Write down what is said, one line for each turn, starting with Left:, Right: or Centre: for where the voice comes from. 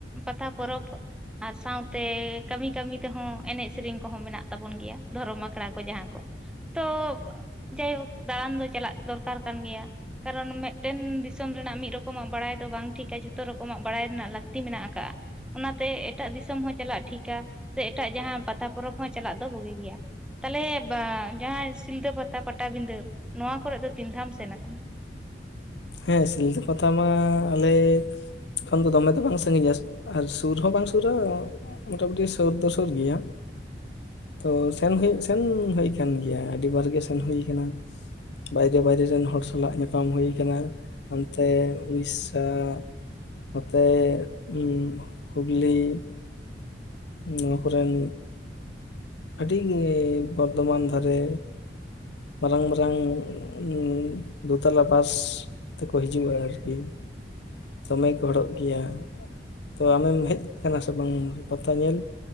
Centre: ᱯᱟᱛᱟ ᱯᱚᱨᱚᱵᱽ᱾ ᱟᱨ ᱥᱟᱶᱛᱮ ᱠᱟᱹᱢᱤ ᱠᱟᱹᱢᱤ ᱛᱮᱦᱚᱸ ᱮᱱᱮᱡ ᱥᱮᱨᱮᱧ ᱠᱚᱦᱚᱸ ᱢᱮᱱᱟᱜ ᱛᱟᱵᱚᱱ ᱜᱮᱭᱟ ᱫᱷᱚᱨᱚᱢ ᱟᱠᱷᱲᱟ ᱠᱚ ᱡᱟᱦᱟᱸ ᱠᱚ᱾ ᱛᱚ ᱡᱟᱭᱦᱳᱠ ᱫᱟᱬᱟᱱ ᱫᱚ ᱪᱟᱞᱟᱜ ᱫᱚᱨᱠᱟᱨ ᱠᱟᱱ ᱜᱮᱭᱟ᱾ ᱠᱟᱨᱚᱱ ᱢᱮᱫᱴᱮᱱ ᱫᱤᱥᱚᱢ ᱨᱮᱱᱟᱜ ᱢᱤᱫ ᱨᱚᱠᱚᱢᱟᱜ ᱵᱟᱲᱟᱭ ᱫᱚ ᱵᱟᱝ ᱴᱷᱤᱠᱟ ᱡᱷᱚᱛᱚ ᱨᱚᱠᱚᱢᱟᱜ ᱵᱟᱲᱟᱭ ᱨᱮᱱᱟᱜ ᱞᱟᱹᱠᱛᱤ ᱢᱮᱱᱟᱜ ᱟᱠᱟᱜ-ᱟ᱾ ᱚᱱᱟᱛᱮ ᱮᱴᱟᱜ ᱫᱤᱥᱚᱢ ᱦᱚᱸ ᱪᱟᱞᱟᱜ ᱴᱷᱤᱠᱟ ᱥᱮ ᱮᱴᱟᱜ ᱡᱟᱦᱟᱸ ᱯᱟᱛᱟ ᱯᱚᱨᱚᱵᱽ ᱦᱚᱸ ᱪᱟᱞᱟᱜ ᱫᱚ ᱵᱩᱜᱤ ᱜᱮᱭᱟ᱾ ᱛᱟᱞᱦᱮ ᱵᱟ ᱡᱟᱦᱟᱸᱭ ᱥᱤᱞᱫᱟᱹ ᱯᱟᱛᱟ ᱯᱟᱴᱟ ᱵᱤᱸᱫᱷᱟᱹ ᱱᱚᱣᱟ ᱠᱚᱨᱮᱫ ᱫᱚ ᱛᱤᱱ ᱫᱷᱟᱣᱮᱢ ᱥᱮᱱ ᱟᱠᱟᱱᱟ?
Left: ᱦᱮᱸ ᱥᱤᱞᱫᱟᱹ ᱯᱟᱛᱟ ᱢᱟ ᱟᱞᱮ ᱮᱠᱷᱚᱱ ᱫᱚ ᱫᱚᱢᱮ ᱫᱚ ᱵᱟᱝ ᱥᱟᱺᱜᱤᱧᱟ ᱟᱨ ᱥᱩᱨ ᱦᱚᱸ ᱵᱟᱝ ᱥᱩᱨᱟ᱾ ᱢᱚᱴᱟᱢᱩᱴᱤ ᱥᱩᱨ ᱫᱚ ᱥᱩᱨ ᱜᱮᱭᱟ᱾ ᱛᱚ ᱥᱮᱱ ᱦᱩᱭᱩᱜ ᱥᱮᱱ ᱦᱩᱭ ᱠᱟᱱ ᱜᱮᱭᱟ ᱟᱹᱰᱤ ᱵᱟᱨ ᱜᱮ ᱥᱮᱱ ᱦᱩᱭ ᱠᱟᱱᱟ᱾ ᱵᱟᱭᱨᱮ ᱵᱟᱭᱨᱮ ᱨᱮᱱ ᱦᱚᱲ ᱥᱟᱞᱟᱜ ᱧᱟᱯᱟᱢ ᱦᱩᱭ ᱠᱟᱱᱟ᱾ ᱦᱟᱱᱛᱮ ᱩᱲᱤᱥᱥᱟ, ᱱᱚᱛᱮ ᱩᱸ ᱦᱩᱜᱽᱞᱤ, ᱱᱚᱣᱟ ᱠᱚᱨᱮᱱ ᱟᱹᱰᱤᱜᱮ ᱵᱚᱨᱫᱷᱚᱢᱟᱱ ᱫᱷᱟᱨᱮ ᱢᱟᱨᱟᱝ ᱢᱟᱨᱟᱝ ᱩᱸ ᱫᱩᱛᱟᱞᱟ ᱵᱟᱥ ᱛᱮᱠᱚ ᱦᱤᱡᱩᱜ-ᱟ ᱟᱨᱠᱤ᱾ ᱫᱚᱢᱮ ᱠᱚ ᱦᱚᱲᱚᱜ ᱜᱮᱭᱟ᱾ ᱛᱚ, ᱟᱢᱮᱢ ᱦᱮᱡ ᱠᱟᱱᱟ ᱥᱮ ᱵᱟᱝ? ᱯᱟᱛᱟ ᱧᱮᱞ?